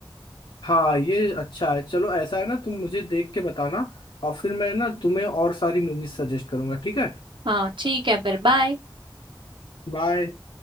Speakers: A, on the left (about 80°); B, on the right (about 80°).
A: हाँ ये अच्छा है चलो ऐसा है ना तुम मुझे देख के बताना और फिर मैं ना तुम्हें और सारी मूवीज सजेस्ट करूंगा ठीक है
B: हाँ ठीक है फिर बाय
A: बाय